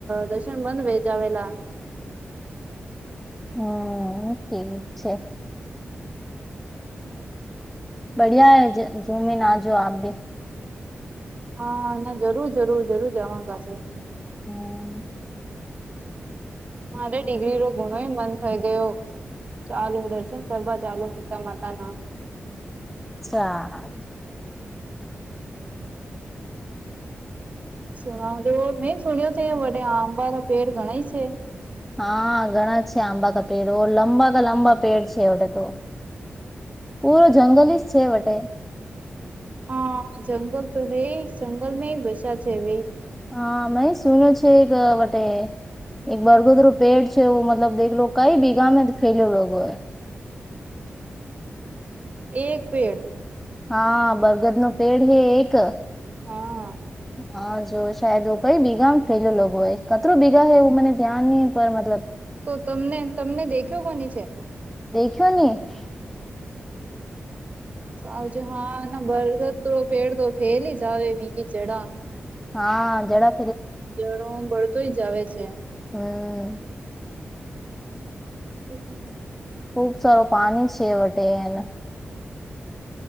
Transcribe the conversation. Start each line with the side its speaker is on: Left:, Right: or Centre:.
Right: દર્શન બંધવે જાવલા
Centre: હમ ઠીક છે. બઢિયા હૈ ઝુમીન આ જો આપ ભી
Right: હા ના જરૂર જરૂર જરૂર જવાગ છે
Centre: હમ.
Right: મારે ડિગ્રી રો ઘુણો મન થઈ ગયો ચાલો દર્શન કરવા ચાલો સીતા માતા ના
Centre: ચા.
Right: સુણ જો મે સુણ્યો ત વડે આંબા પેડ ગણ છે
Centre: હા ઘણા છે આંબા ક પેડ લંબા ક લાંબા પેડ છે એ તો પૂરો જંગલ જ છે વટે-
Right: હા જંગલ તો ર જંગલ મે ભષા છેવી
Centre: હા મેાઈ સુનું છે એક વટે એક બરગુદરું પેડ છે મતલબ દલો કઈ બીઘા ફેલેલો હ.
Right: એક પેડ.
Centre: હા બરગદ નું પેડ હ એક
Right: હા હ.
Centre: હા જો સાાયદ કઈ ભેગા ફેલ લોકો કતરોું ભીગા હો એવું મને ધ્યાન ન પર મતલબ
Right: તો તમને તમને દેખ્યો કોની છે-
Centre: દખ્યુંન. <inaudible>
Right: સાવજ હા ના બરગદ તો પેડ તો ફેલ જ આવે મીી જડા
Centre: હા જેડા
Right: જ હ ગળતોય જ આવે છે
Centre: હમ‌
Right: પ ક
Centre: ખુબ સારું પાણી છે વટે એને